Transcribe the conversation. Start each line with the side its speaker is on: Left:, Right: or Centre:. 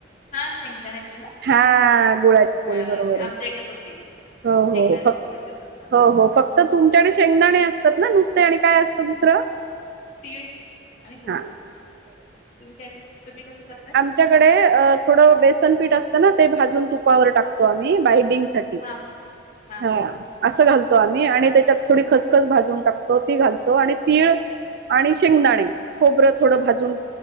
Left: हा शेंगदाण्याची ना
Right: हा. गुळाची
Left: हा
Right: पोळी बरोबर
Left: आमच्या
Right: ये.
Left: इकडे पण ती
Right: हो-हो
Left: शेंगदाण्याची
Right: फक्,
Left: पोळी करतात आमच्या
Right: हो-हो
Left: इकडे पण
Right: फक क्त तुमच्याकडे शेंगदाणे असतात ना नुसते? आणि काय असतं दुसरं?
Left: तीळ आणि गुड.
Right: हा
Left: तुम्ही काय तुम्ही कसं करताय?
Right: च्या कडे थोड बेसन पीठ असत ना ते भाजुन तुपावर टकतो. आम्ही बायडिंग सा साठी
Left: हां, हां,
Right: हा.
Left: हां, हां.
Right: असं घालतो आम्ही आणि त्याच्यात थोडी खसखस भाजून टाकतो ती घालतो आणि तीळ आणि शेंगदाणे, खोबरं थोडं भाजून